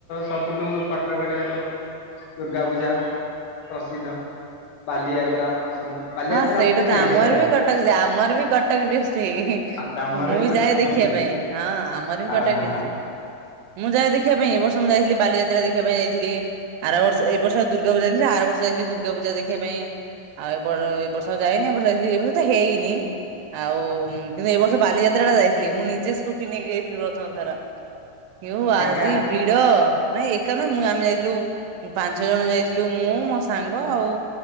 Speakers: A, on the left (about 85°); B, on the right (about 85°).
A: ସବୁଠୁ କଟକ ରେ ଦୁର୍ଗା ପୂଜା ପ୍ରସିଦ୍ଧ, ବାଲିଯାତ୍ରା ପ୍ରସିଦ୍ଧ ବାଲିଯାତ୍ରା
B: ହଁ ସେଇଟା
A: ଆସୁଛ କି
B: ତ
A: ନାଇଁ
B: ଆମର
A: କେତେବେଳେ?
B: ବି କଟକ୍ ଯେ, ଆମର୍ ବି କଟକ୍ ଡିଷ୍ଟ୍ ଇହିଁ।
A: ଆଉ ତମର
B: ମୁଁ ବି
A: କଟକ
B: ଯାଏ
A: ନୁହେଁ
B: ଦେଖିବା
A: କି?
B: ପାଇଁ, ହଁ ଆମର ବି
A: ଅ
B: କଟକ୍
A: ହ
B: ଡିଷ୍ଟ୍ରିକ୍ଟ। ମୁଁ ଯାଏ ଦେଖିବା ପାଇଁ, ଏ ବର୍ଷ ମୁ ଯାଇଥିଲି ବାଲିଯାତ୍ରା ଦେଖିବା ପାଇଁ ଯାଇଥିଲି। ଆର ବର୍ଷ ଏଇ ବର୍ଷ ଆଉ ଦୁର୍ଗା ପୂଜା <unintelligible> ଆର ବର୍ଷ ଯାଇଥିଲି ଦୁର୍ଗା ପଜା ଦେଖିବା ପାଇଁ, ଆଉ ଏ ବର୍ଷ ଆଉ ଯାଇନି, ଏ ବର୍ଷ ଯାଇଥିଲି ଏ ବର୍ଷ ତ ହେଇନି। ଆଉ କିନ୍ତୁ ଏଇ ବର୍ଷ ବାଲିଯାତ୍ରା ଟା ଯାଇଥିଲି, ମୁଁ ନିଜେ ସ୍କୁଟି ନେଇକି ଯାଇଥିଲି ପ୍ରଥମ ଥର। <unintelligible> ଆଜି
A: ଏକା
B: ଭିଡ ନାଇଁ ଏକା ନୁହେଁ ମୁଁ ଆମେ ଯାଇଥିଲୁ ପାଞ୍ଚ ଜଣ ଯାଇଥିଲୁ, ମୁଁ ମୋ ସାଙ୍ଗ ଆଉ